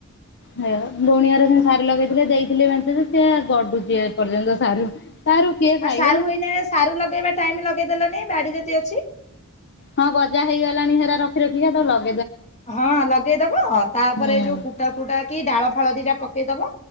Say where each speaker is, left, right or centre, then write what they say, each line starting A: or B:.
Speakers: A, on the left; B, on the left.
A: ହେଇଗଲା। ବୁଣିଆର ସେମ୍ ସା ଲଗେଇଥିଲେ ଦେଇଥିଲେ ମେଞ୍ଚେ ଯେ, ସେ ଗଡୁଛି ଏ ପର୍ଯ୍ୟନ୍ତ ସାରୁ। ସାରୁ କିଏ
B: ଆଉ,
A: ଖାଇବ?
B: ସାରୁ ଏଇନେ ସାରୁ ଲଗେଇବା ଟାଇମ୍ ଲଗେଇଦେଲନି, ବାଡି ଯଦି ଅଛି!
A: ହଁ, ଗଜା ହେଇଗଲାଣି, ହେରା ରଖି ରଖିକା ତାକୁ ଲଗ
B: ହଁ, ଲଗେଇଦବ। ତା'ପରେ
A: ହୁଁ
B: ଯୋଉ କୁଟା ଫୁଟା କି ଡାଳ ଫାଳଦି ଟା ପକେଇଦବ।